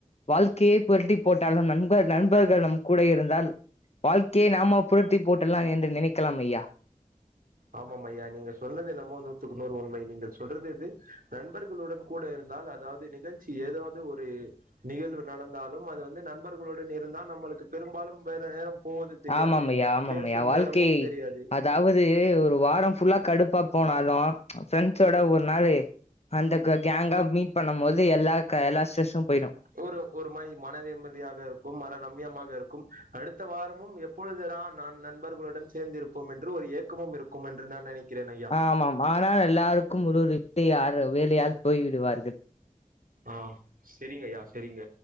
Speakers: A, on the left; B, on the right.
A: வாழ்க்கையே புரட்டி போட்டாலும் நண்பர் நண்பர்கள் நம் கூட இருந்தால் வாழ்க்கையே நாம புரட்டி போட்றலா என்று நினைக்கலாம் ஐயா
B: ஆமாமையா நீங்க சொன்னது என்னமோ நூத்துக்கு நூறு உண்மை நீங்கள் சொல்றது இது நண்பர்களுடன் கூட இருந்தால் அதாவ்து நிகழ்ச்சி ஏதாவது ஒரு நிகழ்வு நடந்தாலும் அது வந்து நண்பர்களுடன் இருந்தால் நம்பளுக்கு பெரும்பாலும் வேற நேரம் போவது தெரியாது
A: ஆமாம் ஐயா ஆமாம்
B: பேசும்
A: ஐயா வாழ்க்கை
B: நேரமும் தெரியாது
A: அதாவது ஒரு வாரம் ஃபுல்லா கடுப்பா போனாலு ஃப்ரெண்ட்ஸோட ஒரு நாளு அந்த க கேங்கா மீட் பண்ணும் போது எல்லா க எல்லா ஸ்ட்ரெஸ்ஸும் போய்டு
B: ஒரு ஒரு மாரி மன நிம்மதியாக இருக்கும் மனரம்யமாக இருக்கும் அடுத்த வாரமும் எப் எப்பொழுதுதான் நான் நண்பர்களுடன் சேர்ந்திருப்போம் என்று ஒரு ஏக்கமும் இருக்கும் என்று நான் நெனைக்கிறேன் ஐயா
A: ஆமாம் ஆனால் எல்லாருக்கும் ஒரு ஒரு இட்டியாரு வேலயால் போய்விடுவார்கள்
B: ஆ செரிங்கய்யா செரிங்க